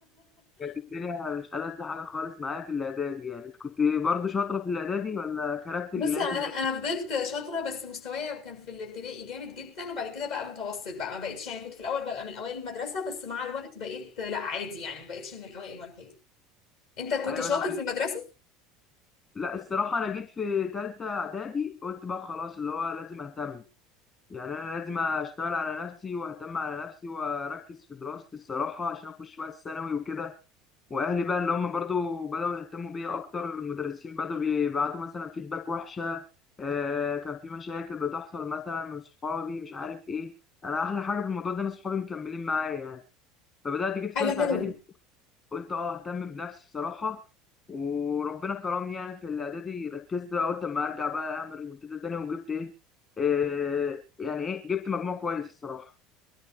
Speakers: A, on the left; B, on the left.
A: كانت الدنيا مش ألذ حاجة خالص معايا في الإعدادي يعني أنت كنت برضو شاطرة في الإعدادي ولا كرفت
B: بص
A: العيشة
B: انا
A: زي
B: انا فضلت شاطره بس مستوايا كان في الابتدائي جامد جدا وبعد كده بقى متوسط بقى ما بقتش يعني كنت في الاول ببقى من اوائل المدرسه بس مع الوقت بقيت لا عادي يعني ما بقتش من الاوائل ولا حاجه انت كنت
A: أيوة
B: شاطر
A: أنا كنت
B: في المدرسه
A: لا الصراحة أنا جيت في تالتة إعدادي قلت بقى خلاص اللي هو لازم أهتم يعني أنا لازم أشتغل على نفسي وأهتم على نفسي وأركز في دراستي الصراحة عشان أخش بقى الثانوي وكده وأهلي بقى اللي هم برضو بدأوا يهتموا بيا أكتر المدرسين بدأوا بيبعتوا مثلا فيدباك وحشة آه، كان في مشاكل بتحصل مثلا من صحابي مش عارف إيه أنا أحلى حاجة في الموضوع ده إن صحابي مكملين معايا يعني. فبدأت جيت في
B: حاجة
A: تالتة
B: حلوة
A: إعدادي قلت أه أهتم بنفسي بصراحة وربنا كرمني يعني في الإعدادي ركزت بقى قلت أما أرجع بقى أعمل ريمونتادا تاني وجبت إيه إيه يعني إيه جبت مجموع كويس الصراحة